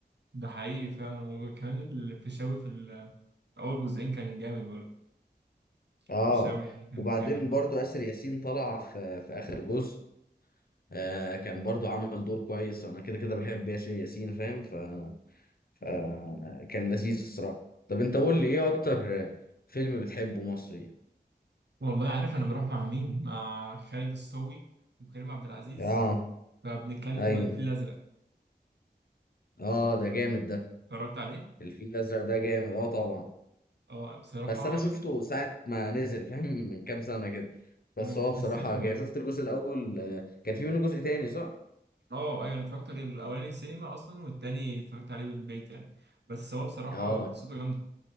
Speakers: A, on the right; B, on the left.
A: ده حقيقي فعلا وكمان الفيشاوي في ال- اول جزئين كان جامد برضه
B: اه
A: الفيشاوي يعني كان
B: وبعدين
A: جامد برضه
B: برضو آسر ياسين طلع في, في آخر جزء آه كان برضو عمل دور كويس وأنا كده كده بحب آسر ياسين فاهم ف... فكان لذيذ الصراحة طب أنت قول لي إيه أكتر آه، فيلم بتحبه مصري؟
A: والله عارف انا بروح مع مين مع خالد الصاوي وكريم عبد العزيز
B: اه
A: فبنتكلم
B: ايوه
A: عن الفيل الازرق
B: اه ده جامد ده
A: اتفرجت عليه
B: الفيل الازرق ده جامد اه طبعا
A: اه بصراحه
B: بس انا شفته ساعه ما نزل فاهم <laughs> من كام سنه كده بس
A: انا كنت
B: هو
A: في
B: بصراحه
A: السينما
B: جاي
A: برضه
B: شفت الجزء الاول آه، كان في منه جزء تاني صح
A: اه ايوه انا اتفرجت عليه الاولاني السينما اصلا والتاني اتفرجت عليه بالبيت يعني بس هو بصراحه
B: اه
A: قصته جامده